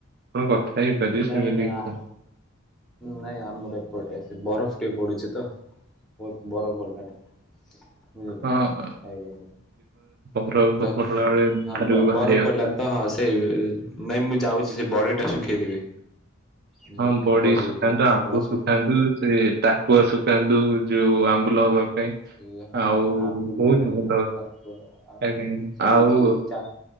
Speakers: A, on the right; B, in the centre.
A: ହଁ କଥା ହେଇପାରିବି
B: ନାଇଁ
A: ସେମିତି
B: ନାଇଁ
A: କିଛି
B: ଆ
A: ନାହିଁ।
B: ନାଇଁ ଆମର ଏପଟେ ସେ ବରଫ ଟିକେ ପଡୁଛି ତ ବହୁତ ବରଫ ପଡ଼ିଲାଣି। ବୁଝିଲେ
A: ହଁ
B: ଆଜ୍ଞା,
A: ବରଫ
B: ଆଜ୍ଞା ତ
A: ପଡିଲା ବେଳେ ବାହାରକୁ
B: ହଁ
A: ବାହାରିବା
B: ବରଫ ପଡ଼ିଲାଣି
A: କଥା ନୁହଁ।
B: ତ ହଁ। ସେ ନାଇଁ ମୁଁ ଯାଉଛି ସେ ବଡ଼ି ଟା ଶୁଖେଇଦେବି। ବୁଝିଲେ
A: ହଁ ବଡି ଶୁଖାନ୍ତୁ, ଆମ୍ବ
B: ନହେଲେ ଅସୁ
A: ଶୁଖାନ୍ତୁ। ସରି ଟାକୁଆ ଶୁଖନ୍ତୁ ଯୋଉ ଆମ୍ବୁଲ ହବ କାଇଁ
B: ସେ ହଁ
A: ଆଉ
B: ଆମ୍ବୁଲ
A: ବହୁତ
B: ହବା ପାଇଁ
A: ଭଲ
B: ତାକୁ ଆଉ
A: ଆଜ୍ଞା
B: ସେଇ
A: ଆଉ।
B: ସେଇ ଚାଟ